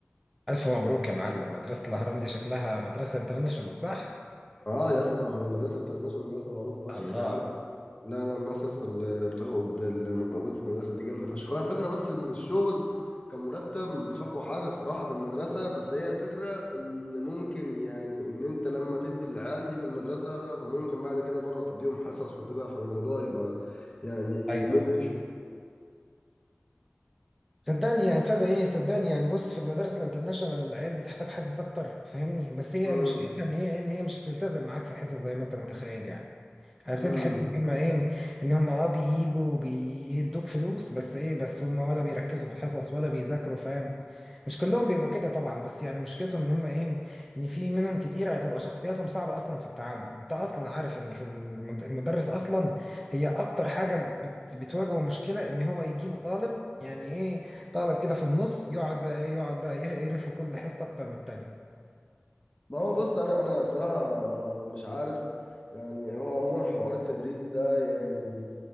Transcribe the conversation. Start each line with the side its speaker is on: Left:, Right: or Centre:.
Centre: ألف مبروك يا معلم مدرسة الأهرام دي شكلها مدرسة انترناشونال صح؟
Left: اه يا اسطى المدرسه الانترناشونال مدرسه معروفه
Centre: الله
Left: فشخ يعني عارف لا لا الناس يا اسطى اللي بتاخد اللي موجوده في المدرسه دي جامده فشخ هو الفكره بس ان الشغل كان مرتب مش اقوى حاجه الصراحه في المدرسه بس هي الفكره ان ممكن يعني ان انت لما تدي العيال دي في المدرسه فممكن بعد كده بره تديهم حصص وكده فالموضوع يبقى يعني
Centre: أيوه
Left: مجزي
Centre: أيوه
Left: شويه
Centre: صدقني يعني ابتدى إيه صدقني يعني بص في المدارس الانترناشونال العيال بتحتاج حصص أكتر فاهمني بس هي
Left: امم
Centre: مشكلتها إن هي إن هي مش هتلتزم معاك في حصص زي ما أنت متخيل يعني هبتدي
Left: امم
Centre: تحس ان هم ايه ان هم اه بييجوا بيدوك فلوس بس ايه بس هم ولا بيركزوا في الحصص ولا بيذاكروا فاهم مش كلهم بيبقوا كده طبعا بس يعني مشكلتهم ان هم ايه ان في منهم كتير هتبقى شخصياتهم صعبة اصلا في التعامل انت اصلا عارف ان في المد- المدرس اصلا هي اكتر حاجة بت بتواجهه مشكلة ان هو يجي له طالب يعني ايه طالب كده في النص يقعد بقى ايه يقعد بقى يقرفه كل حصة اكتر من التانية
Left: ما هو بص انا انا صراحه مش عارف يعني هو عموما حوار التدريس ده يعني